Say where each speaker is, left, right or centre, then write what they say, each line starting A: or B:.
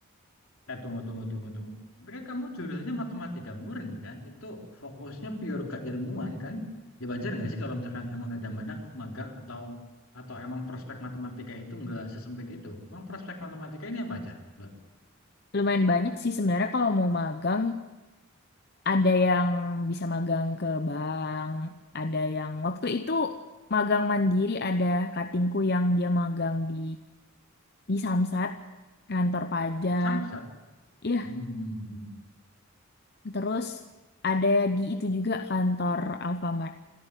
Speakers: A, on the left; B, on the left.
A: Eh, tunggu, tunggu, tunggu, tunggu. Tapi kan kamu jurusannya matematika murni kan? Itu fokusnya pure keilmuan kan? ya Dibajar nggak sih kalau misalkan emang nggak ada madang, magang atau atau emang prospek matematika itu nggak sesempit itu? Emang prospek matematika ini apa aja? Loh,
B: lumayan banyak sih sebenarnya kalau mau magang ada yang bisa magang ke bank ada yang waktu itu magang mandiri ada katingku yang dia magang di di Samsat, kantor pajak.
A: Samsat.
B: Iya,
A: Hmm. hmm,
B: terus ada di itu juga kantor Alfamart